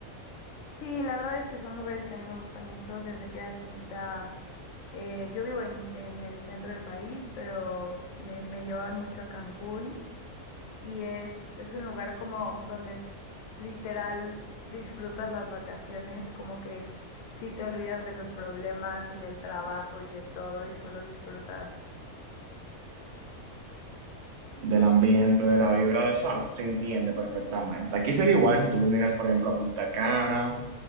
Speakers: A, on the left (about 65°); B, on the right (about 60°).
A: Sí, la verdad es que son lugares que a mí me gustan mucho. Desde que era chiquita, eh, yo vivo en, en el centro del país, pero me, me llevaban mucho a Cancún. y es, es un lugar como donde literal disfrutas las vacaciones, como que sí te olvidas de los problemas y del trabajo y de todo y solo disfrutas.
B: Del ambiente, de la vibra de eso, ah, se entiende perfectamente. Aquí sería igual si tú vinieras, por ejemplo, a Punta Cana